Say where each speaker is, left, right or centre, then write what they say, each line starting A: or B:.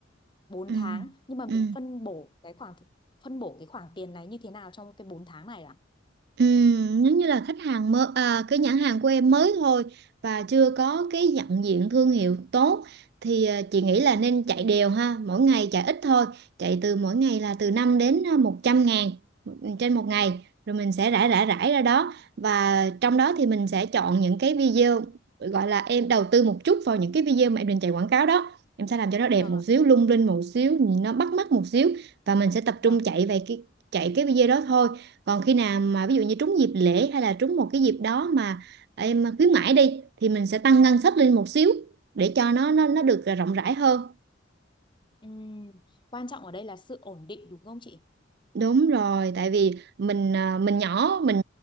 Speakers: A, on the left (about 25°); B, on the right (about 55°).
A: bốn
B: ừ.
A: tháng nhưng mà
B: Ừ.
A: mình phân bổ cái khoảng phân bổ cái khoản tiền này như thế nào trong cái 4 tháng này ạ?
B: Ừm, giống như là khách hàng mới à, cái nhãn hàng của em mới thôi và chưa có cái nhận diện thương hiệu tốt thì à, chị nghĩ là nên chạy đều ha mỗi ngày chạy ít thôi chạy từ mỗi ngày là từ 5 đến à, một trăm ngàn trên một ngày rồi mình sẽ rải rải rải ra đó và trong đó thì mình sẽ chọn những cái video gọi là em đầu tư một chút vào những cái video mà em định chạy quảng cáo đó em sẽ làm cho nó đẹp
A: Vâng
B: một
A: ạ.
B: xíu lung linh một xíu nó bắt mắt một xíu và mình sẽ tập
A: Vâng.
B: trung chạy về cái chạy cái video đó thôi còn khi nào mà ví dụ như trúng dịp lễ hay là trúng một cái dịp đó mà em khuyến mãi đi thì mình sẽ tăng ngân sách lên một xíu để cho nó nó nó được rộng rãi hơn
A: Ừm, quan trọng ở đây là sự ổn định đúng không chị?
B: đúng rồi tại vì mình à, mình nhỏ mình